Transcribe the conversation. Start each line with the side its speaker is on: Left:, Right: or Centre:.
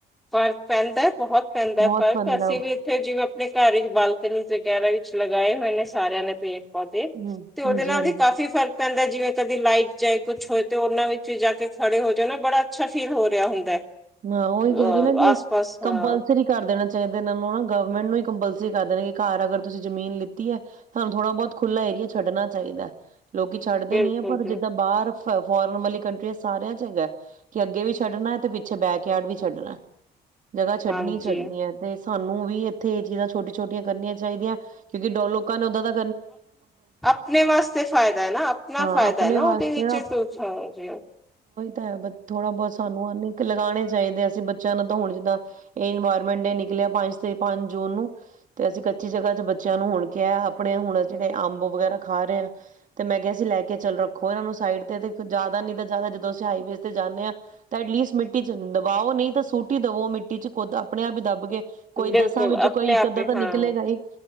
Centre: ਫਰਕ ਪੈਂਦਾ ਬਹੁਤ ਪੈਂਦਾ
Right: ਬਹੁਤ
Centre: ਫ਼ਰਕ
Right: ਬੰਦਾ
Centre: ਅਸੀਂ ਵੀ ਇੱਥੇ ਜਿਵੇਂ ਘਰ ਵਿੱਚ ਬਾਲਕਨੀ ਵਗੈਰਾ ਵਿੱਚ ਲਗਾਏ ਹੋਏ ਨੇ ਸਾਰਿਆਂ ਨੇ ਪੇਡ। ਪੌਦੇ
Right: ਹਮ
Centre: ਤੇ ਉਹਦੇ
Right: ਹਾਂਜੀ
Centre: ਨਾਲ
Right: ਹਾਂਜੀ
Centre: ਵੀ ਕਾਫ਼ੀ ਫਰਕ ਪੈਂਦਾ ਜਿਵੇਂ ਕਦੇ ਲਾਈਟ ਜਾਏ ਕੁਛ ਹੋਏ ਤੇ ਉਹਨਾਂ ਵਿੱਚ ਵੀ ਜਾ ਕੇ ਖੜੇ ਹੋ ਜਾ ਨਾ ਬੜਾ ਅੱਛਾ ਫੀਲ ਹੋ ਰਿਹਾ ਹੁੰਦਾ।
Right: ਹਾਂ ਉਹੀ
Centre: ਅ
Right: ਕਹਿ ਰਹੀ ਨਾ ਕਿ,
Centre: ਆਸ ਪਾਸ ਹਾਂ
Right: ਕੰਪਲਸਰੀ ਕਰ ਦੇਣਾ ਚਾਹੀਦਾ। ਇਹਨਾਂ ਨੂੰ ਗਵਰਮੈਂਟ ਨੂੰ ਕੰਪਲ ਤੁਸੀ ਕਰਦੇ ਨੇ ਕਿ ਘਰ ਅਗਰ ਤੁਸੀਂ ਜ਼ਮੀਨ ਲਿੱਤੀ ਏ, ਤੁਹਾਨੂੰ ਥੋੜ੍ਹਾ-ਬਹੁਤ ਖੁੱਲ੍ਹਾ ਏਰੀਆ ਛੱਡਣਾ ਚਾਹੀਦਾ। ਲੋਕੀ ਛੱਡਦੇ
Centre: ਬਿਲਕੁਲ
Right: ਨੀ ਏ ਪਰ
Centre: ਜੀ
Right: ਜਿੱਦਾਂ ਬਾਹਰ ਫੋਰਨ ਵਾਲੀ ਕੰਟਰੀਆ ਸਾਰਿਆਂ 'ਚ ਹੈਗਾ। ਕਿ ਅੱਗੇ ਵੀ ਛੱਡਣਾ ਤੇ ਪਿੱਛੇ ਬੈਕ ਯਾਰਡ ਵੀ ਛੱਡਣਾ। ਜਗ੍ਹਾ ਛੱਡਣੀ
Centre: ਹਾਂਜੀ
Right: ਛੱਡਣੀ ਹੈ ਤੇ ਸਾਨੂੰ ਵੀ ਇੱਥੇ ਇਹ ਚੀਜ਼ਾਂ ਛੋਟੀ-ਛੋਟੀਆਂ ਕਰਨੀਆਂ ਚਾਹੀਦੀਆਂ ਕਿਉਂਕਿ ਡੋ ਲੋਕਾਂ ਨੇ ਉੱਦਾਂ ਦਾ
Centre: ਆਪਣੇ ਵਾਸਤੇ ਫਾਇਦਾ ਐ ਨਾ ਆਪਣਾ
Right: ਹਾਂ
Centre: ਫਾਇਦਾ
Right: ਆਪਣੇ
Centre: ਨਾ ਉਹਦੇ
Right: ਵਾਸਤੇ
Centre: ਵਿੱਚ ਤੁ ਜਿਓ
Right: ਦੇ ਥੋੜਾ ਬਹੁਤ ਸਾਨੂੰ ਆਨੇ ਲਗਾਣੇ ਚਾਹੀਦੇ ਅਸੀਂ ਬੱਚਿਆਂ ਨੂੰ ਤਾਂ ਹੁਣ ਜਿੱਦਾਂ, ਇਹ ਇਨਵਾਇਰਮੈਂਟ ਡੇ ਨਿਕਲਿਆ ਪੰਜ ਤੇ ਪੰਜ ਜੂਨ ਨੂੰ, ਤੇ ਅਸੀਂ ਕੱਚੀ ਜਗ੍ਹਾ 'ਚ ਬੱਚਿਆਂ ਨੂੰ ਹੁਣ ਕਿਹਾ ਆਪਣੇ ਹੁਣ ਜਿਹੜੇ ਅੰਬੋ ਵਗੈਰਾ ਖਾ ਰਹੇ ਆ, ਤੇ ਮੈਂ ਕਿਹਾ ਅਸੀਂ ਲੈ ਕੇ ਚੱਲ ਰੱਖੋ ਇਹ ਨੂੰ ਸਾਈਡ ਤੇ ਤੇ ਜ਼ਿਆਦਾ ਨੀ ਤਾਂ ਜ਼ਿਆਦਾ ਜਦੋਂ ਅਸੀਂ ਹਾਈਵੇਜ਼ ਤੇ ਜਾਨੇ ਆ, ਤੇ ਐਟਲੀਸਟ ਮਿੱਟੀ 'ਚ ਦਬਓ ਨਹੀਂ ਤਾਂ ਸੁੱਟ ਈ ਦਵੋ ਮਿੱਟੀ ਚ। ਕੁਝ ਆਪਣੇ ਆਪ ਹੀ ਦੱਬ ਕੇ ਕੋਈ
Centre: ਬਿਲਕੁਲ
Right: ਦਸਾਂ ਵਿੱਚ
Centre: ਆਪਣੇ
Right: ਕੋਈ ਇੱਕ
Centre: ਆਪੇ
Right: ਅੱਧਾ ਤਾਂ
Centre: ਹਾਂ
Right: ਨਿਕਲੇਗਾ ਹੀ।